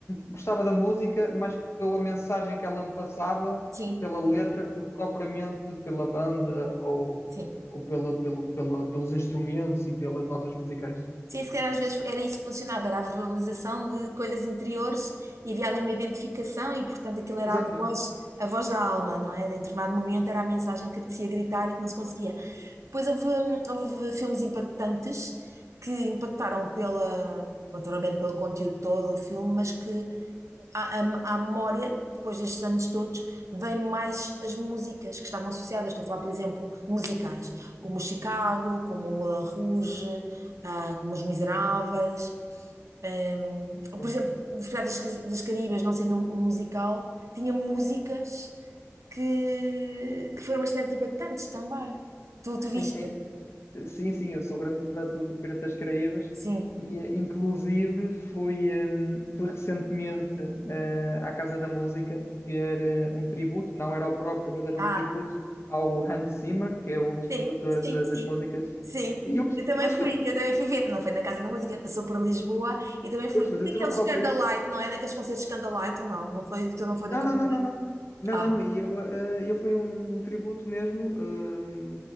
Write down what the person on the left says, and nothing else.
gostava da música mais pela mensagem que ela me passava,
pela letra, do que propriamente pela banda ou,
ou pela, pelo, pela, pelos instrumentos e pelas notas musicais.
Exatamente.
Sim,
sim,
é- Sim, sim, eu sou grande fã do, do Piratas das Caraíbas
e eh, inclusive fui, hum, fui recentemente eh, à Casa da Música ver eh, um tributo, não era o próprio, mas era
um tributo ao Hans Zimmer, que é um dos produtores
de-
das músicas.
E eu, acho-
eu acho
que ele...
Pois,
mas esse
era o próprio.
Não,
não, não, não, não. Não,
não, e eu, eh, eu foi um tributo mesmo eh,